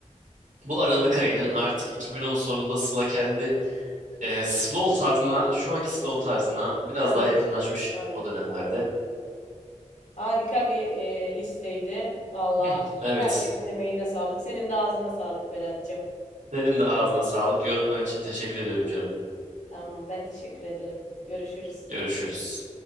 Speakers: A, on the right; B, on the left.
A: Bu Aralık ayının artık 2010 sonunda Sıla kendi e, slow tarzına, şu anki slow tarzına biraz
B: Arabesk.
A: daha yakınlaşmış
B: Aynen.
A: o dönemlerde.
B: Aynen. Harika bir e, listeydi. Valla
A: <clears throat> Evet,
B: herkesin emeğine sağlık. Senin de ağzına sağlık Berat'cığım.
A: senin de ağzına sağlık. Yorumların için teşekkür ediyorum canım.
B: Tamam ben teşekkür ederim. Görüşürüz.
A: Görüşürüz.